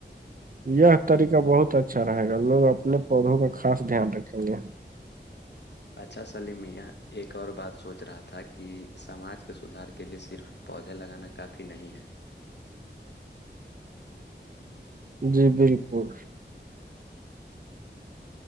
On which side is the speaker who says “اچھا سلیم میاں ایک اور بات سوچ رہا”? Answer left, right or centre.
Left